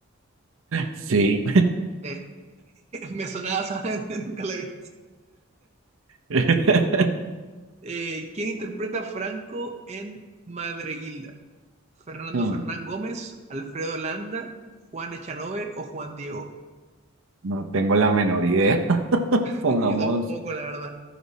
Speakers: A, on the right; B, on the right.
A: Sí.
B: Sí. <laughs> Me sonaba, ¿sabes? <laughs> Nunca la he visto.
A: <laughs>
B: Eh, ¿quién interpreta a Franco en Madreguilda? ¿Fernando
A: Mm,
B: Fernán Gómez, Alfredo Landa, Juan Echanove o Juan Diego?
A: No tengo la menor idea. <laughs>
B: <laughs>
A: Pongamos,
B: Yo tampoco, la verdad.